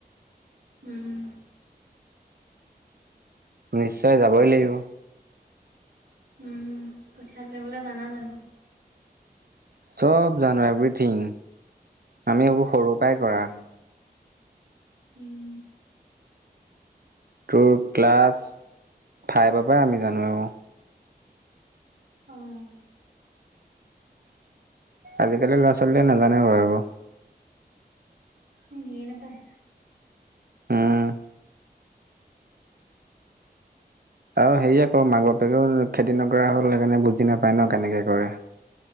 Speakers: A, on the right (about 85°); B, on the right (about 65°).
A: উম।
B: নিশ্চয় যাবই লাগিব।
A: উম কঠিয়া তুলিবলে জানা জানো?
B: চব জানো এভৰিথিং, আমি এইবোৰ সৰুৰ পৰাই কৰা।
A: উম উম।
B: তোৰ ক্লাছ ফাইভৰ পৰাই আমি জানো আৰু।
A: অ'।
B: আজিকালি ল'ৰা- ছোৱালীয়ে নাজানে বাৰু এইবোৰ।
A: চিনিয়ে নাপাই।
B: উম। আৰু সেই অক মাক বাপেকেও খেতি নকৰা হ'ল সেইকাৰণে বুজি নাপায় ন' কেনেকে কৰে।